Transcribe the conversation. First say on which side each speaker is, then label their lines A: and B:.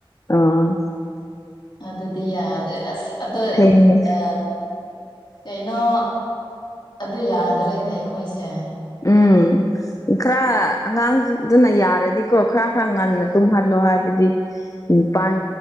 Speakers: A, on the left; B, on the left.
A: ꯑ
B: <unintelligible> ꯑꯗꯨꯗꯤ ꯌꯥꯗ꯭ꯔꯦ ꯑꯁ ꯑꯗꯣꯏ
A: ꯊꯦꯡꯉꯦ
B: ꯑ ꯀꯩꯅꯣ ꯑꯗꯨ ꯌꯥꯗ꯭ꯔꯦꯅꯦ ꯑꯩꯈꯣꯏꯁꯦ
A: ꯎꯝ ꯈꯔ ꯑꯉꯥꯡꯗꯨꯅ ꯌꯥꯔꯗꯤ ꯀꯣ ꯈꯔ ꯈꯔ ꯉꯟꯅ
B: ꯎꯝ
A: ꯇꯨꯝꯍꯜꯂꯣ ꯍꯥꯏꯕꯗꯤ ꯅꯤꯄꯥꯟ
B: ꯎꯝ